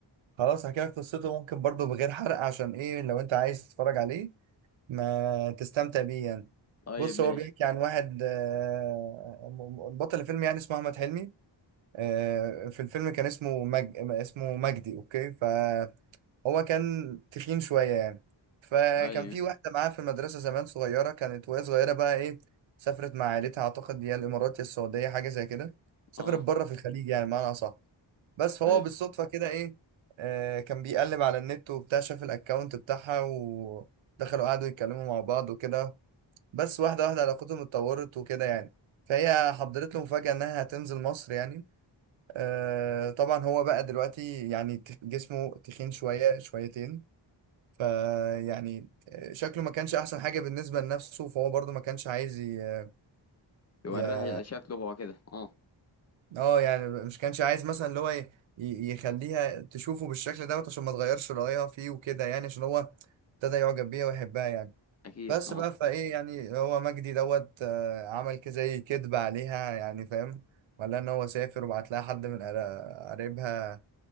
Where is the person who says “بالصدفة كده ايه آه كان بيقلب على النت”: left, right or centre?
Right